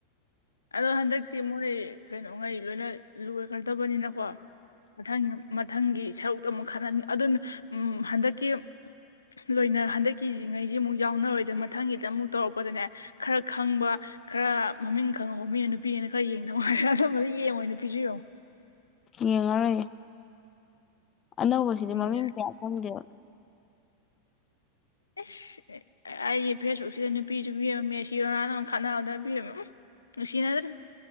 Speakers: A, on the left; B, on the left.
A: ꯑꯗꯣ ꯍꯟꯗꯛꯇꯤ ꯃꯣꯏ ꯀꯩꯅꯣꯉꯩ ꯂꯣꯏꯅ ꯂꯣꯏꯈ꯭ꯔꯗꯕꯅꯤꯅ ꯀꯣ ꯃꯊꯪ ꯃꯊꯪꯒꯤ ꯁꯔꯨꯛꯇꯣ ꯑꯃꯨꯛ ꯈꯍꯟ ꯑꯗꯨꯅ ꯍꯟꯗꯛꯀꯤ ꯂꯣꯏꯅ ꯍꯟꯗꯛꯀꯤꯁꯤꯉꯩꯁꯤ ꯑꯃꯨꯛ ꯌꯥꯎꯅꯔꯣꯏꯗꯕ ꯃꯊꯪꯒꯤꯗ ꯑꯃꯨꯛ ꯇꯧꯔꯛꯄꯗꯅꯦ ꯈꯔ ꯈꯪꯕ ꯈꯔ ꯃꯃꯤꯡ ꯀꯪꯉꯧꯕ ꯃꯤꯅ ꯅꯨꯄꯤꯒꯤꯅ ꯈꯔ ꯌꯦꯡꯗꯧꯉꯣꯏꯔꯦ ꯑꯅꯝꯕꯅ ꯌꯦꯡꯉꯣꯏ ꯅꯨꯄꯤꯁꯨ ꯌꯦꯡꯉꫭ
B: ꯌꯦꯡꯉꯔꫭꯏꯌꯦ ꯑꯅꯧꯕꯁꯤꯗꯤ
A: ꯎꯝ
B: ꯃꯃꯤꯡ ꯀꯌꯥ ꯈꯪꯗꯦꯕ
A: ꯑꯦꯁ ꯑꯩꯒꯤ ꯐꯦꯁꯕꯨꯛꯁꯤꯗ ꯅꯨꯄꯤꯁꯨ <unintelligible> ꯃꯦꯁꯤ ꯔꯣꯅꯜꯂꯣ ꯈꯠꯅꯕꯗ ꯐꯤꯕꯝ ꯑꯃ ꯅꯨꯁꯤꯅꯗꯔꯦ